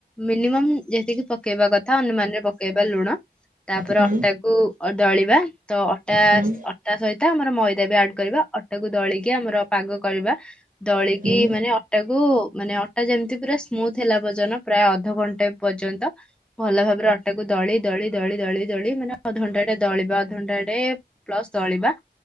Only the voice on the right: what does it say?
ହୁଁ
ହୁଁ
ହୁଁ